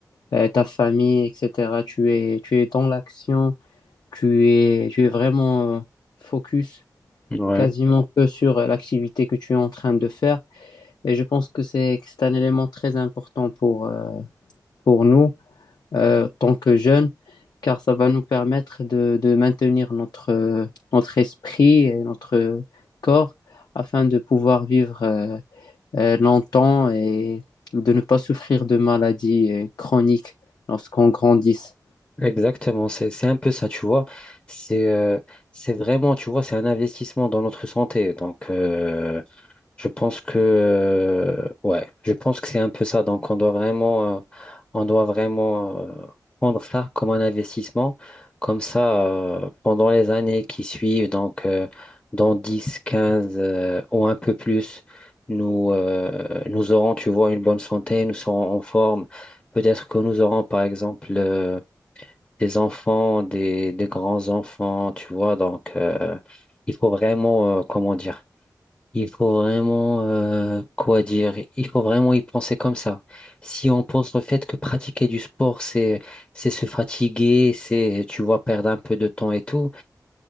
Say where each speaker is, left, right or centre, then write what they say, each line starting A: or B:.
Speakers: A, on the left (about 70°); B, on the left (about 20°).
A: euh, ta famille, etc. Tu es, tu es dans l'action, tu es, tu es vraiment euh, focus
B: ouais.
A: quasiment que sur l'activité que tu es en train de faire. Et je pense que c'est, que c'est un élément très important pour, euh, pour nous euh, en tant que jeune, car ça va nous permettre de, de maintenir notre, euh, notre esprit et notre euh, corps afin de pouvoir vivre euh, euh, longtemps et de ne pas souffrir de maladies euh, chroniques lorsqu'on grandisse.
B: Exactement, c'est c'est un peu ça, tu vois. C'est euh, c'est vraiment, tu vois, c'est un investissement dans notre santé. Donc, euh, Je pense que euh, ouais, je pense que c'est un peu ça. Donc on doit vraiment euh, on doit vraiment euh, prendre ça comme un investissement. Comme ça, euh, pendant les années qui suivent, donc euh, dans 10, 15 euh, ou un peu plus, nous, euh, nous aurons, tu vois, une bonne santé, nous serons en forme. Peut-être que nous aurons, par exemple, euh, des enfants, des, des grands-enfants, tu vois. Donc, euh, il faut vraiment, euh, comment dire, il faut vraiment, euh, quoi dire, il faut vraiment y penser comme ça. Si on pense au fait que pratiquer du sport, c'est, c'est se fatiguer, c'est, tu vois, perdre un peu de temps et tout,